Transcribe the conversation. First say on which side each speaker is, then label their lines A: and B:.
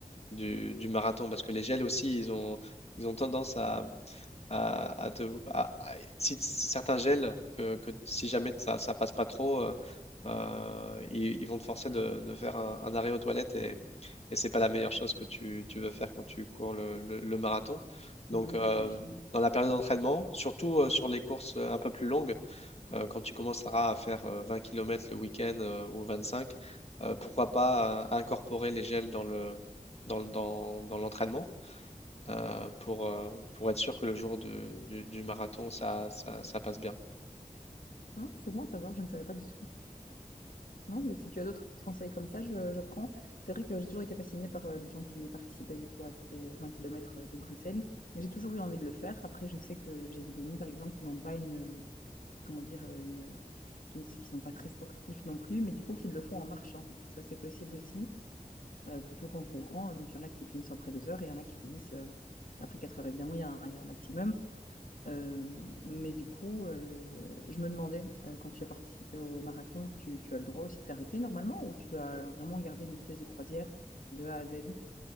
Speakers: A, on the left; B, on the left.
A: du, du marathon. Parce que les gels aussi, ils ont, ils ont tendance à, à, à te, à- à- si t- certains gels que, que si jamais ça, ça passe pas trop, euh, euh, ils, ils vont te forcer de, de faire un, un arrêt aux toilettes et, et c'est pas la meilleure chose que tu, tu veux faire quand tu cours le, le- le marathon. Donc,
B: Ah oui, non,
A: euh,
B: j'imagine.
A: dans la période d'entraînement, surtout euh, sur les courses euh, un peu plus longues, euh, quand tu commenceras à faire euh, 20 km le week-end euh, ou 25, euh, pourquoi pas euh, incorporer les gels dans le, dans, dans dans l'entraînement euh, pour, euh, pour être sûr que le jour de- du, du marathon, ça, ça, ça passe bien.
B: Hum, c'est bon à savoir, je ne savais pas du tout. Non, mais si tu as d'autres petits conseils comme ça, je, je prends. C'est vrai que j'ai toujours été fascinée par euh, les gens qui participaient du coup à ces 20 kilomètres euh, de Bruxelles. Et j'ai toujours eu envie de le faire. Après, je sais que j'ai des amis, par exemple, qui n'ont pas une, euh, comment dire, euh, une, qui ne qui sont pas très sportifs non plus, mais du coup, qui le font en marchant. Ça, c'est possible aussi, euh, plutôt qu'en courant. Donc, il y en a qui finissent après deux heures et il y en a qui finissent euh, après quatre heures. Évidemment, il y a un, il y a un maximum. Euh, mais du coup, euh, je me demandais, euh, quand tu as participé au marathon, tu, tu as le droit aussi de t'arrêter normalement ou tu dois vraiment garder une vitesse de croisière de A à Z?